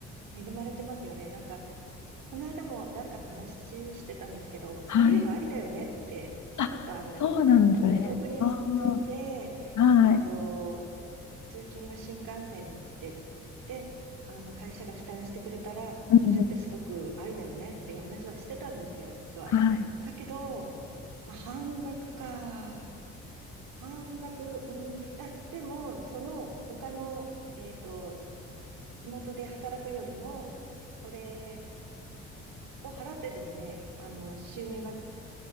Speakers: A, on the right; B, on the left.
A: 恵まれてますよね。なんか、この間も誰かと話してたんですけど、そういうのありだよねって、
B: はい。あ、
A: ちょっとあの、
B: そうなんですね。
A: うん、遠くに住んで、
B: ああ、はい。
A: えっと、通勤は新幹線で、で、あの、会社が負担してくれたら、
B: うん、
A: それってすごくありだよねっていう話はしてたんですよ、実は。
B: はい。
A: だけど、まあ、半額か。半額、うん、だ、でも、その、他の、えっと、地元で働くよりも、それ、を払ってでもね、あの、収入が